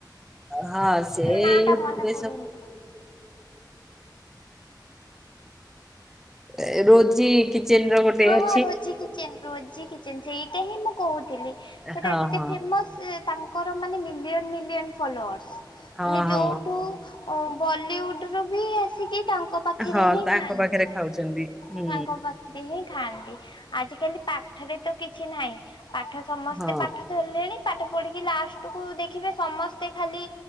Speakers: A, in the centre; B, on the left.
A: ହଁ ସେ
B: ଏବେ ନାଁ ଟା
A: ୟୁଟ୍ୟୁବରେ
B: ମନେ ପଡୁନି।
A: ସ ଏ ରୋଜି କିଚେନ୍ ର ଗୋଟେ
B: ହଁ
A: ଅ
B: ହଁ ରୋଜି କିଚେନ୍ ରୋଜି କିଚେନ୍ ସେଇଟା ହିଁ ମୁଁ କୋହୁଥିଲି ଯୋଉଟା
A: ହଁ
B: ଏତେ
A: ହଁ
B: ଫେମସ୍ ସେ ତାଙ୍କର ମାନେ ମିଲିୟନ୍ ମିଲିୟନ୍ ଫଲୋର୍ସ
A: ହଁ
B: ମାନେ
A: ହଁ
B: ଯୋଉଠୁ ଅଁ ବଲିଉଡ୍ ରୁ ବି ଆସିକି ତାଙ୍କ ପାଖେରେ
A: ହଁ
B: ହିଁ
A: ତାଙ୍କ
B: ଖାଆନ୍ତି
A: ପାଖରେ ଖାଉଛନ୍ତି ହୁଁ
B: ତାଙ୍କ ପା ଖେରେ ହିଁ ଖାଆନ୍ତି ଆଜିକାଲି ପାଠରେ ତ କିଛି ନାହିଁ ପାଠ ସମସ୍ତେ
A: ହଁ
B: ପାଠ ହେଲେଣି ପାଠ ପଢ଼ିକି ଲାଷ୍ଟୁକୁ ଦେଖିବେ ସମସ୍ତେ ଖାଲି